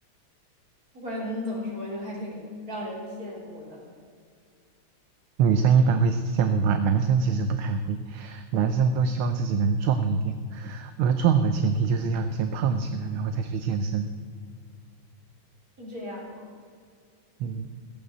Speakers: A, on the right; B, on the right.
A: 不管怎么说，就还挺让人羡慕的。
B: 女生一般会羡慕吧，男生其实不太会，男生都希望自己能壮一点，而壮的前提就是要先胖起来，然后再去健身。
A: 是这样吗？
B: 嗯，